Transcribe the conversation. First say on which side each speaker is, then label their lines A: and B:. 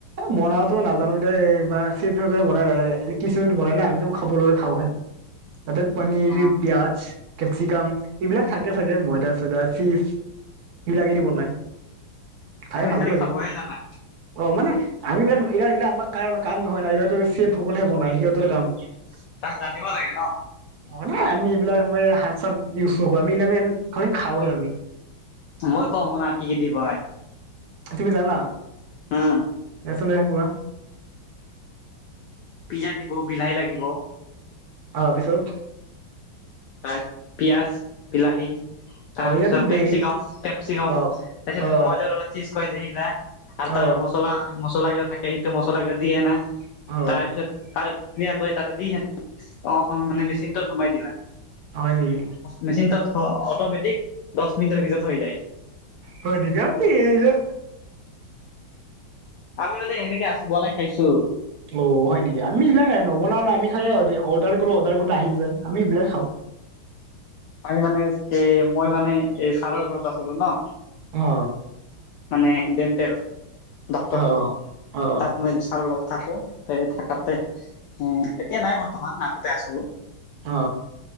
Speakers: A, on the right; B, on the left.
A: বনাটো নাজানো দেই বা চেফ বনাই কিটচেনট বনাই না আমিতো খাব লগে খাওঁ হে। তাতে পনীৰি
B: অ
A: পিয়াজ। কেপচিকাম এইবিলাক থাকে চাগে ময়দা চয়দা চীজ এইবিলাকেদি বনায়। খাই
B: তুমি
A: ভালো
B: খালি
A: লাগে
B: খাবহে জানা
A: অ' মানে আহিল
B: তাক জানিব লাগে ন।
A: অ নাই আমি এইবিলাক আম হাত চাত ইউজ নকৰো আমি এই আম খাওহে আমি।
B: মই কওঁ শুনা কি কি দি বনাই।
A: তুমি জানা।
B: হম।
A: এইফালে কোৱা।
B: পিজ্জা দিব বিলাহী লাগিব।
A: অহ পিছত।
B: আৰু পিয়াজ বিলাহী। তাৰ
A: অ ইয়াতো
B: পিছত
A: দেই
B: পেপচিকম, পেপচিকম
A: অ
B: তাৰপিছত
A: অ
B: মজাৰালা চিজ ক য আহা <unintelligible> আৰু
A: অ
B: তাৰ মছলা, মছলা কেইটা থাকে সেইটো মছলা কেইটা দিয়ে নাই
A: অ
B: তাৰ পিছত তাৰ ধুনীয়াকৈ তাতে দি সে অ মানে মেচিনটোত সোমাই দিলা
A: হয় নেকি
B: মেচিন তাত অটমেটিক দহ মিনিটৰ ভিতৰত হৈ যায়
A: হটি ক দি এ <unintelligible>
B: আমি মানে সেনেকে আছো বনাই খাইছো
A: অ হয় নেকি আমি সেই বিলাক আহ নবনাও না আমি খালে অৰ্ডাৰ কৰো অৰ্ডাৰ কৰোতে আহি যায় আমি এইবিলাক খাওঁ।
B: আমি মানে কি মই মানে এই ছাৰৰ ঘৰত আছিলো ন
A: অ
B: মানে ডেণ্টেল ডক্টৰ
A: অ অ
B: তাত মই চাৰ লগ থাকো তে থকাতে উ এতিয়া নাই বৰ্তমান আগতে আছিলো
A: অ